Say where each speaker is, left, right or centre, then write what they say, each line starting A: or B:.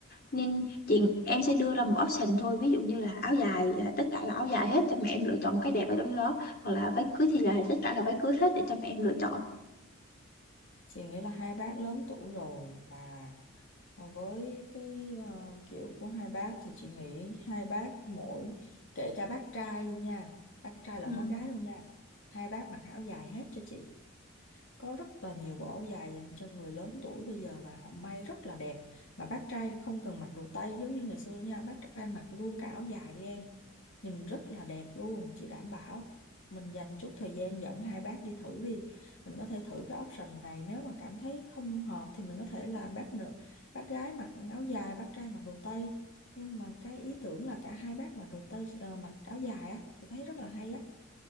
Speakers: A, on the left; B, on the left.
A: Nên chị em sẽ đưa ra một option thôi. Ví dụ như là áo dài là tất cả là áo dài hết cho mẹ em lựa chọn một cái đẹp ở trong đó. Hoặc là váy cưới thì là tất cả là váy cưới hết để cho mẹ em lựa chọn.
B: chị nghĩ là hai bác lớn tuổi rồi và ờ, với cái ờ, kiểu của hai bác thì chị nghĩ hai bác mỗi kể cả bác trai luôn nha bác trai lẫn
A: Ừ.
B: bác gái luôn nha hai bác mặc áo dài hết cho chị có rất là nhiều bộ áo dài dành cho người lớn tuổi bây giờ mà họ may rất là đẹp mà bác trai không cần mặc đồ tây giống như ngày xưa nữa nha bác trai mặc luôn cả áo dài đi em nhìn rất là đẹp luôn chị đảm bảo mình dành chút thời gian dẫn hai bác đi thử đi mình có thể thử cái option này nếu mà cảm thấy không hợp thì mình có thể là bác nữ bác gái mặc áo dài bác trai mặc đồ tây nhưng mà cái ý tưởng là cả hai bác mặc đồ tây ờ, mặc áo dài á chị thấy rất là hay á